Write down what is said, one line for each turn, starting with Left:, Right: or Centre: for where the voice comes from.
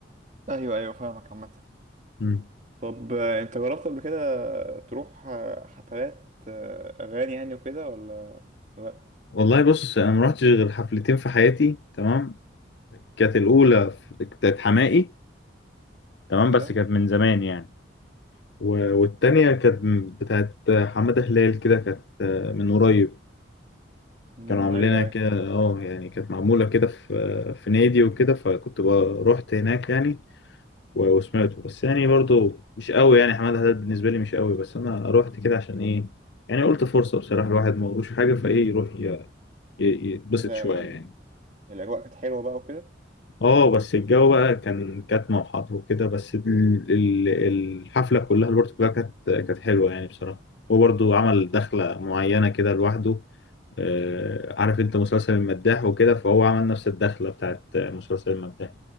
Right: ايوه ايوه فاهمك عامه
Left: مم.
Right: طب آه، انت جربت قبل كده تروح آه، حفلات آه، اغاني يعني وكده ولا لا
Left: والله بص انا ما رحتش غير حفلتين في حياتي تمام كانت الاولى في- بتاعت حماقي تمام
Right: ايوه
Left: بس كانت من زمان يعني و- والتانية كانت م- بتاعت حمادة هلال كده كانت آه، من قريب
Right: امم
Left: كانوا عاملينها
Right: ايوه ايوه
Left: كده اه يعني كانت معمولة كده في في نادي وكده فكنت ب- رحت هناك يعني و- وسمعته بس يعني برضو مش قوي يعني حمادة هلال بالنسبة لي مش قوي بس أنا رحت كده عشان إيه يعني قلت فرصة بصراحة الواحد ما وروش حاجة فإيه يروح ي- ي- يتبسط
Right: لا،
Left: شوية يعني
Right: الاجواء كانت حلوه بقى وكده
Left: اه بس الجو بقى كان كاتمة وحر وكده بس ال- ال- الحفلة كلها الورد كلها كانت كانت حلوة يعني بصراحة هو برضه عمل دخلة معينة كده لوحده آه، عارف انت مسلسل المداح وكده فهو عمل نفس الدخلة بتاعت مسلسل المداح